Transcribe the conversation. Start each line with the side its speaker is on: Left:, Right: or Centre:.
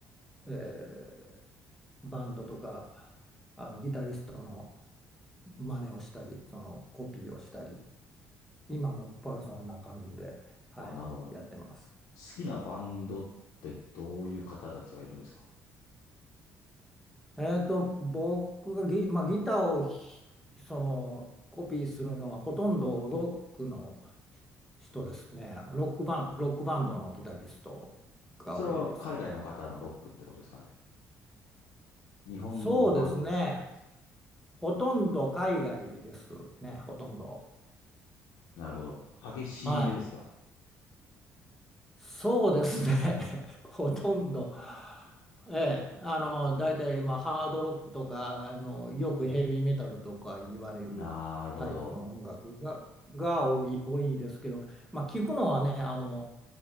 Centre: えーバンドとかあのギタリストの真似をしたりそのコピーをしたり今もっぱらそんな感じで、はい、
Left: あ、なるほど。
Centre: やってます。
Left: 好きなバンドってどういう方たちがいるんですか
Centre: えっと、僕がギ、まあ、ギターをひそのコピーするのはほとんどロックの人ですね。ロックバン、ロックバンドのギタリストが多いです。
Left: それは海外の方のロックってことですかね。日本のバンドですか
Centre: そうですね。ほとんど海外ですね、ほとんど。
Left: なるほど。激しい目ですか。
Centre: はい。そうですね。<laughs> ほとんど。ええ、あの、大体、まあ、ハードロックとか、あの、よくヘビーメタルとか言われるタイプの音楽が、
Left: なるほど。
Centre: が多い、多いですけど、まあ、聞くのはね、あの、